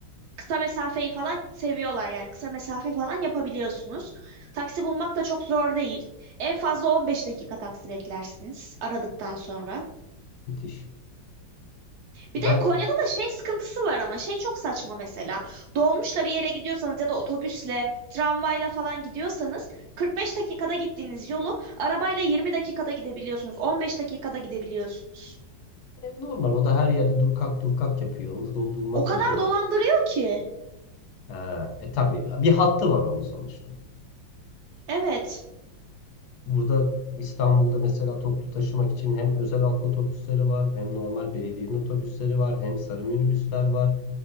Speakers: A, on the right (about 75°); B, on the left (about 65°).
A: kısa mesafeyi falan seviyorlar yani. Kısa mesafe falan yapabiliyorsunuz. Taksi bulmak da çok zor değil. En fazla 15 dakika taksi beklersiniz aradıktan sonra.
B: Müthiş. Ben
A: Bir de Konya'da da şey sıkıntısı var ama şey çok saçma mesela. Dolmuşla bir yere gidiyorsanız ya da otobüsle, tramvayla falan gidiyorsanız 45 dakikada gittiğiniz yolu arabayla 20 dakikada gidebiliyorsunuz. 15 dakikada gidebiliyorsunuz.
B: e, normal o da her yerde dur kalk dur kalk yapıyor. Onda da durmak
A: O kadar
B: zorunda.
A: dolandırıyor ki.
B: Ha, e tabii bir hattı var onun sonuçta.
A: Evet.
B: Burada İstanbul'da mesela toplu taşımak için hem özel halk otobüsleri var, hem normal belediyenin otobüsleri var, hem sarı minibüsler var.